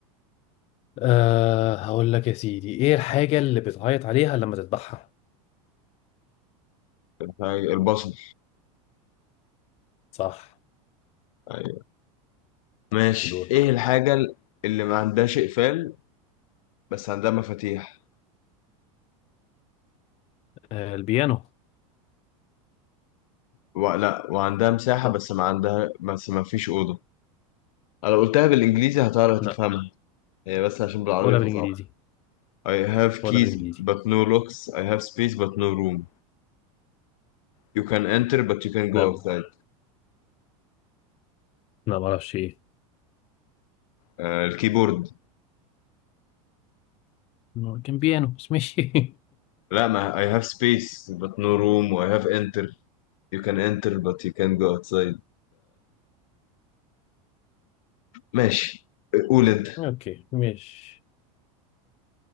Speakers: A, on the left; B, on the left.
A: آه هقول لك يا سيدي ايه الحاجه اللي بتعيط عليها لما تذبحها؟
B: البصل
A: صح
B: ايوه ماشي
A: دورك
B: ايه الحاجة اللي ما عندهاش اقفال بس عندها مفاتيح
A: آه البيانو
B: و... لا وعندها مساحة
A: لا
B: بس ما عندها بس ما فيش أوضة انا قلتها بالانجليزي هتعرف تفهمها
A: لا
B: هي بس عشان بالعربي
A: ولا
B: فصعب
A: بالانجليزي
B: I have
A: ولا
B: keys
A: بالانجليزي
B: but no locks I have space but no room you can enter but you can go
A: لا
B: outside
A: لا ما اعرفش ايه
B: آه الكيبورد
A: هو كان بيانو بس ماشي
B: لا ما I have space but no room و I have enter you can enter but you can go outside ماشي قول انت
A: <laughs> اوكي ماشي